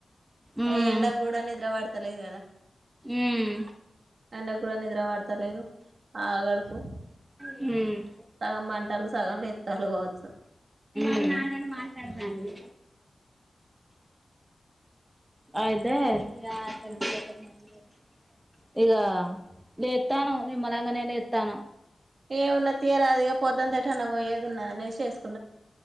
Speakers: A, on the right (about 20°); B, on the right (about 65°).
A: ఉమ్
B: ఏ ఎండ కూడ నిద్ర పడతలేదు కదా
A: ఉమ్
B: ఎండ కూడా నిద్ర పడతలేదు ఆగడుకు
A: హుమ్
B: సగం పంటలు సగం ఎత్తాళ్ళు కావచ్చు
A: నేను ఆల్రెడీ మాట్లాడేదాన్ని
B: ఉమ్
A: అయితే ఈ యా తడిస్పోతే
B: ఉమ్
A: మంచిదే ఇగ లేతన్నం నిమ్మలంగానే లేతన్నం
B: ఏమున్నది తీయరాదిగా పొద్దంతా ఏంటన్న పోయేది ఉన్నదా చేస్